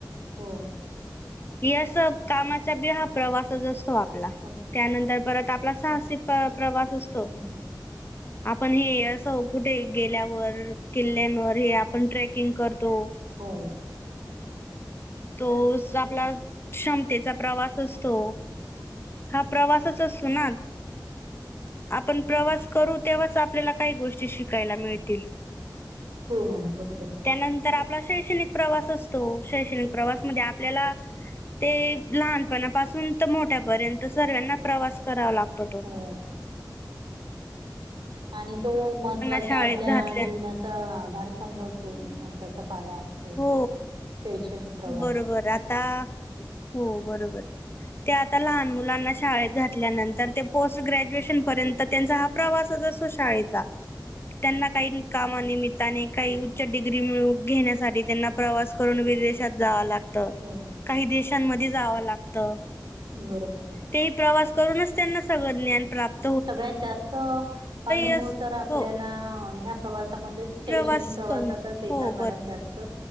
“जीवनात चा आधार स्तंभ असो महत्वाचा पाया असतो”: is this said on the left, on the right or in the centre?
Right